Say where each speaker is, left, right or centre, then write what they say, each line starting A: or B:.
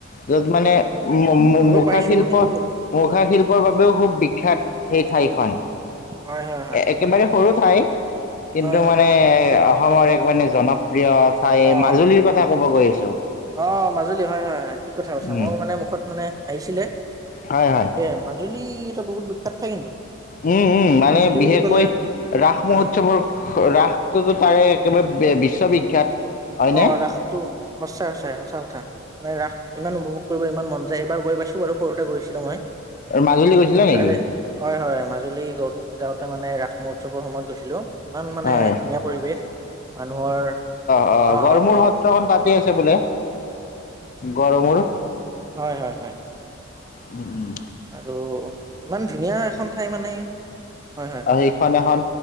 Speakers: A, on the left; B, on the right.
A: য'ত মানে মুখা
B: পাৰিছো
A: -শিল্প
B: কিন্তু
A: মুখ
B: মোক
A: মুখা শিল্পৰ বাবেও খুব বিখ্যাত সেই ঠাইখন।
B: হয়- হয় - হয়।
A: একেবাৰে সৰু ঠাই কিন্তু
B: হয় হয়
A: মানে
B: হয়।
A: অসমৰ এখনি মানে জন প্ৰিয় ঠাই
B: অ
A: মাজুলীৰ কথা ক'ব গৈ আছো।
B: অ', মাজুলী হয়-হয়- হয়। ঠিক কথা কৈছা
A: উম
B: মই মানে মুখত মানে আহিছিলে
A: হয় হয়
B: এ' মাজুলী ই এটা বহুত বিখ্যাত ঠাই কিন্তু।
A: উম-উম মানে
B: মাজুলী
A: বিশেষকৈ
B: বুলি ক'লে
A: ৰাস
B: হয়
A: মহোৎসৱৰ
B: হয়
A: ৰাসটোতো তাৰে একেবাৰে বিশ্ববিখ্যাত। হয়নে
B: অহ, ৰাসটো সঁচাই-সঁচাই সঁচা কথা মানে ৰাস ইমান উপভোগ কৰিব ইমান মন যায় এবাৰ গৈ পাইছো বাৰু। সৰুতে গৈছিলো মই
A: মাজুলী গৈছিলা
B: কিন
A: নেকি?
B: তাৰে হয়-হয়। মাজুলী গত যাওঁতে মানে ৰাস- মহোৎসৱৰ সময়ত গৈছিলোঁ ইমান মানে
A: হয়
B: ধুনীয়া পৰিৱেশ মানুহৰ
A: অহ,
B: অ
A: গৰমুৰ
B: অ
A: সত্ৰখন তাতে আছে বোলে গৰমুৰ।
B: হয়-হয়-হয়।
A: উম-উম।
B: আৰু ইমান ধুনীয়া এখন ঠাই মানে হয় হয়
A: আন এইখন এখন